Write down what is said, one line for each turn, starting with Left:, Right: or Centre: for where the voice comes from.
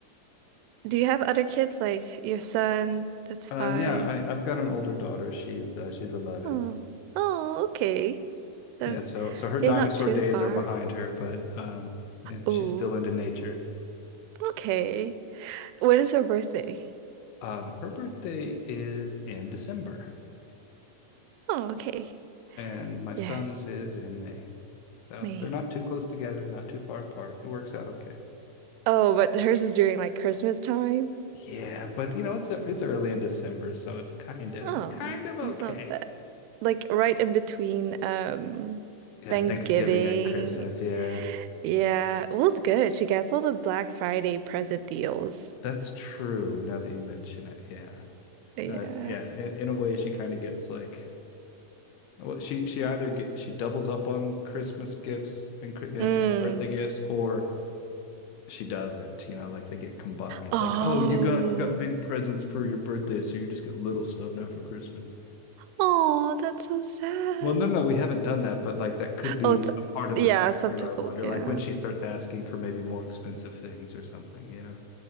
Right: Do you have other kids like your son that's
Left: Uh
Right: five?
Left: yeah, I I've got an older daughter. She's uh she's 11.
Right: Oh, oh, okay. So
Left: Yeah, so so her
Right: they're
Left: dinosaur
Right: not too
Left: days
Right: far.
Left: are behind her, but um yeah, she's
Right: Oh,
Left: still into nature.
Right: okay. When is her birthday?
Left: Um her birthday is in December
Right: Oh, okay.
Left: and my
Right: Yes,
Left: son's is in May. So
Right: May.
Left: they're not too close together, not too far apart. It works out okay.
Right: Oh, but hers is during like Christmas time.
Left: Yeah, but you know, it's it's early in December, so it's kind of
Right: Oh,
Left: kind of okay.
Right: that's not bad. Like right in between um
Left: Yeah,
Right: Thanksgiving.
Left: Thanksgiving and Christmas. Yeah.
Right: Yeah. Well, it's good. She gets all the Black Friday present deals.
Left: That's true now that you mention it. Yeah.
Right: Yeah.
Left: Uh, yeah, in, in a way she kind of gets like well she she either get she doubles up on Christmas gifts and cri- and,
Right: Mm.
Left: and birthday gifts or she doesn't, you know, like they get combined.
Right: Oh.
Left: Like, oh, you got you got big presents for your birthday, so you just get little stuff now for Christmas.
Right: Oh, that's so sad.
Left: Well, no, no, we haven't done that, but like that could be
Right: Oh, so,
Left: a part of
Right: yeah,
Left: the future,
Right: some people,
Left: I wonder.
Right: yeah.
Left: Like when she starts asking for maybe more expensive things or something, you know.